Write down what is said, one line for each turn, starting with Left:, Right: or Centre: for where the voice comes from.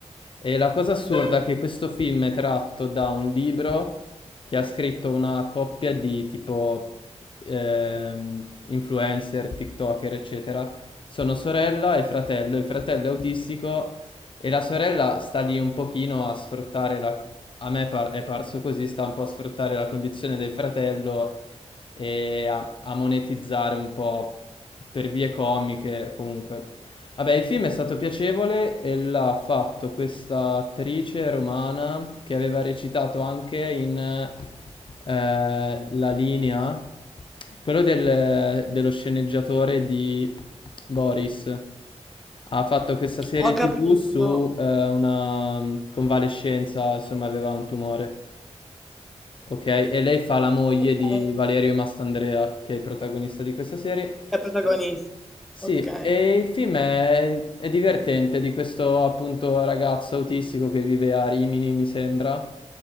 Left: e la cosa assurda è che questo film è tratto da un libro che ha scritto una coppia di tipo ehm, influencer, TikToker, eccetera. Sono sorella e fratello, il fratello è autistico e la sorella sta lì un pochino a sfruttare la... A me par- è parso così, sta un po' a sfruttare la condizione del fratello e a, a monetizzare un po' per vie comiche comunque. Vabbè, il film è stato piacevole e l'ha fatto questa attrice romana che aveva recitato anche in eh, La linea, quello del- dello sceneggiatore di Boris. Ha fatto questa serie
Centre: Ho
Left: TV
Centre: capito.
Left: su eh, una convalescenza, insomma, aveva un tumore. Ok, e lei fa la moglie
Centre: Ok,
Left: di Valerio Mastandrea, che è il protagonista di questa serie,
Centre: è protagonista.
Left: sì,
Centre: Ok.
Left: e il film è, è divertente di questo appunto ragazzo autistico che vive a Rimini, mi sembra,